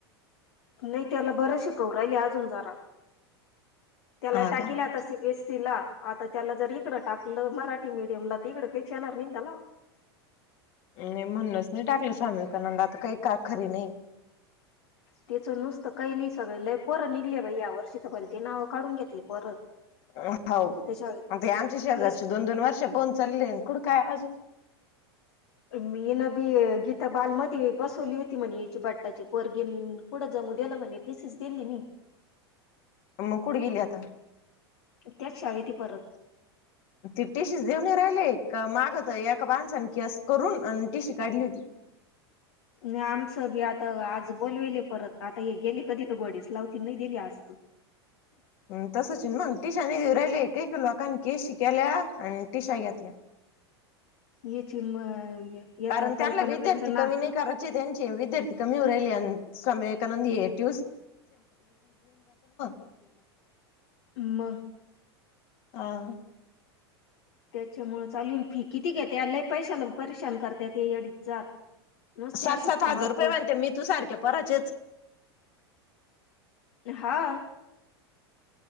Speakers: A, on the left; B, on the left.
A: नाही. त्याला बरं शिकव राहिल, अजून जरा त्याला
B: हा
A: टाकिल
B: का
A: आता, सी बी एस सी ला. आता त्याला जर इकड टाकलं मराठी मडियमला तिकडं काहीच येणार नाहीना त्याला.
B: आणि म्हणूनच नाही टाकलं स्वामीवेकानंदला, आता काही का खरी नाही.
A: त्याच नुसतं काही नाही सगळे लय पोरं निघली बा या वर्षी तर पहि ते नावं काढून घेतली. पोरं
B: होत.
A: त्याच्यावेळी
B: होव ते आमच्या शेजारच
A: काहीच
B: दोन दोन वर्ष पळून चालेले काय आज
A: मी न बी गीता बाल मध्ये बसवली होती म्हणे याची बट्टाची पोरगीन कुढं जमू दे्या म्हणे ते सिच दिली मी
B: मग कुठं गेली आता?
A: त्याच शाळती परत..
B: ते टीशी देेऊन नाही राहिले मागतर एका माणसान केस करून टीशी काढली होती. रिकामा ऑडिओ
A: नाही आमचं बी आता आज बोलवेले परत आता हे गेले कधी तर गोडीस लावती नाही दिली आज
B: ह तसच मंग टिशानी देऊ राहिले एकक लोकानी केशी केल्या. आणि टिशा घेतल्या
A: याची म याचा
B: कारण त्याला
A: कल्पना
B: विद्यार्थी
A: बाईचं ना
B: कमी नाही करायचे त्यांचे विद्यार्थी कमीवर राहिले आन स्वामी विवेकानंद एट <unintelligible>
A: म.
B: हा.
A: त्याच्यामुळे चालू येन फी किती घेते लई पैशाला परेशान करताात ते येडी जात नुसते
B: सात
A: असे
B: सात
A: फोनवर
B: हजार रुपये
A: फोन
B: मानते मी तू सारखे पोराचेच.
A: हा.